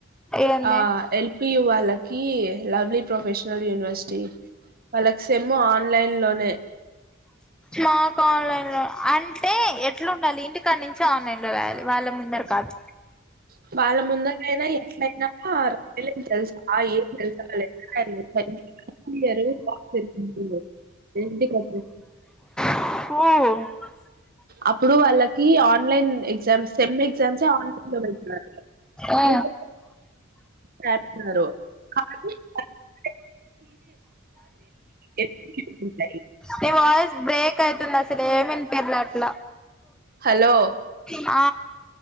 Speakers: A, in the centre; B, on the right.
A: ఏంది
B: ఆ ఎల్పియు వాళ్ళకి లవ్లీ ప్రొఫెషనల్ యూనివర్సిటీ వాళ్ళకు సెమ్ము ఆన్లైన్ లోనే
A: నాక అంటే ఎట్లుండాలి ఇంటికాడ్నించి ఆన్లైన్ లో రాయాలి వాళ్ళ ముందట కాదు.
B: అ వాళ్ళ ముందట అయినా ఎట్లయినా రయలేం తెలుసా ఏం <unintelligible> పిల్లలు <unintelligible>
A: ఆ
B: అప్పుడు వాళ్ళకి online sem sem exams online లో పెడుతున్నారు. <unintelligible>
A: ఆ
B: పెడ్తున్నరు <unintelligible> ఎంసీక్యూస్ ఉంటాయి.
A: ని వాయిస్ బ్రేక్ అయితు అసలు ఏమ్ వినిపియలే అట్ల
B: హలో
A: ఆ